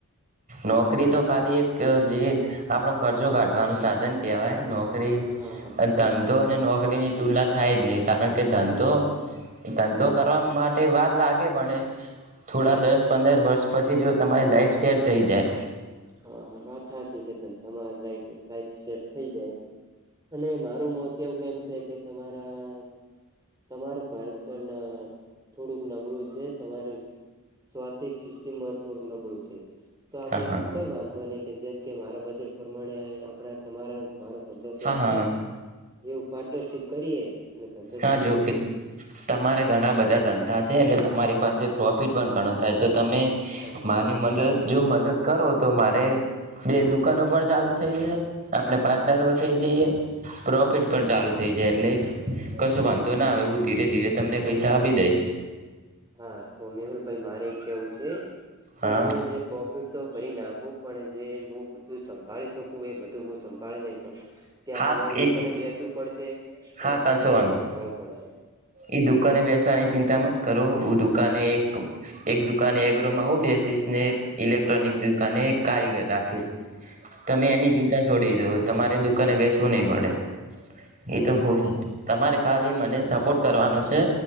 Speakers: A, on the right (about 35°); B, on the right (about 20°).
A: નોકરી
B: હા
A: તો ખાલી એક જે આપ ખર્ચો કાઢવાનો સ સાધન કહેવાય નો કે રે
B: હા
A: આ ધંધો હ એ નોકરીની તુલના થાય જ નહી કારણ એ ધંધો,
B: હા હા
A: ધંધો કે કરવા માટે વાર લાગે પણ થોડા દસ પંદર વર્ષ પછી જો તમાર શેર થઈ જાય
B: હ હ વાત સાચી છે તમારી સેટ થઈ જાય અને મારું મત કેવું એમ છે કે તમારા તમારું બાળપણ ના થોડુંક નબળું છે તમારે સ્વાથિક સિસ્ટમમાં થોડુંક નબળું છે. તો આપડે
A: હા હા
B: કઈ વાંધું અને. જેમ કે મારા બજેટ પ્રમાણે આપ તમારા મા. ધંધો સેટ
A: હા હા
B: થાય એવું પાર્ટનરશીપ કરીએ. અને તંત્ર
A: હા
B: ચાલુ.
A: તમારે
B: કરીએ
A: ઘણા બધા ધંધા છે એટલે. તમારી પાસે પ્રોફિટ પણ ઘણું થાય તો તમે
B: હા
A: માની મદદ. જો મદદ કરો તો મારે બે દુકાનો પણ ચાલુ થઈ જાય. આપડણે પાર્ટનર
B: હા
A: વધ થઈ જઈએ. પ્રોફિટ પણ ચાલુ થઈ જાય એટલે. કશું વાંધો ના આવે હું ધીરે. ધીરે તમને
B: હા
A: પૈસા આપી દઈશ.
B: હા તો મેહુલ ભાઈ મારે કેવું છે કે
A: હા
B: હું જે. ીડ તો ભરી નાખું પણ જે હું બધું સંભાળી શકું એ બધું હું સંભાળી નહીં શકું. ત્યાં
A: હા
B: તમારે
A: એ
B: દુકાને બેસવું પડશે.
A: હા
B: અને
A: તો
B: તમારે
A: આ સવાલ
B: બધું સંભાળવું પડશે.
A: ઈ દુકાને બેસવાની ચિંતા મત કરો. દુકાને એક એક દુકાને એગ્રોમાં હું બેસીશ ને ઇલેક્ટ્રોનિક
B: હા
A: દુકાને એક કારીગર રાખીશ તમે
B: હા
A: એની ચિંતા
B: હા
A: છોડી દો તમારે દુકાને બેસવું નહી પડે. એ
B: બરોબર.
A: તો હો છે તમારે ખાલી મને સપોર્ટ કરવાનો છે